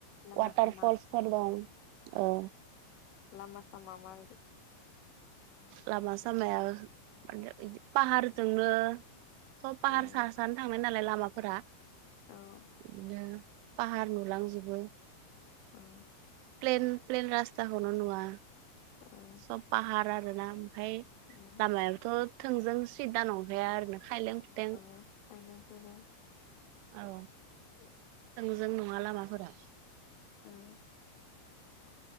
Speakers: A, on the left; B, on the right.
A: लामा
B: वाटार
A: सामा
B: फलसफोर दं औ
A: लामा सामा मा बायदि
B: लामा सामाया माने बिदि पाहारजोंनो सब पाहार
A: उम
B: साहा सा सा नो थांनाय नालाय लामाफोरा
A: औ
B: बिदिनो पाहार नुलांजोबो
A: ओं
B: प्लेन प्लेन रासताखौनो नुवा
A: औ
B: सब पाहार आरोना ओमफाय
A: उम
B: लामायाबोथ थोंजों सिदा नंखया आरो ना खायलें खुथें
A: औ औ खायलें खुइलें
B: औ
A: गो
B: जों नङा लामाफोरा
A: हो